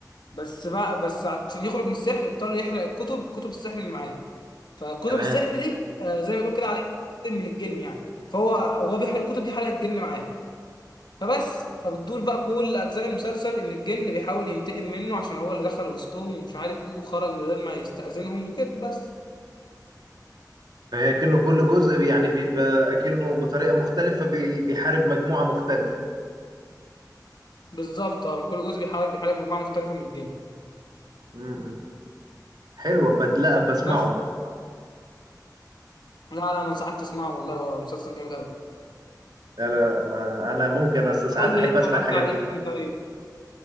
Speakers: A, on the left (about 85°); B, on the right (about 70°).
A: بس بقى بس عشان يخرج من السحر اضطر يحرق الكتب كتب السحر اللي معاه فكتب
B: تمام
A: السحر دي آه، زي ما تقول كده عليها من الجن يعني فهو هو بيحرق الكتب دي حرق الجن معاه فبس فبتدور بقى كل اجزاء المسلسل ان الجن بيحاول ينتقم منه عشان هو اللي دخل وسطهم ومش عارف ايه وخرج من غير ما يستأذنهم وكده بس
B: فهي كأنه كل جزء بي- يعني بيبقى كأنه بطريقة مختلفة بي- بيحارب مجموعة مختلفة
A: بالظبط اه كل جزء بيحاول بيحارب مجموعه مختلفه من الجن
B: م-م. حلوة بس لا بسمعه
A: بس لا لا انا انصحك تسمعه والله هو مسلسل جامد قوي
B: لا لا ما انا ممكن اصل ساعات
A: قول
B: احب
A: لي ايه
B: اسمع
A: اتفرجت
B: الحاجات
A: عليه
B: دي
A: تاني طيب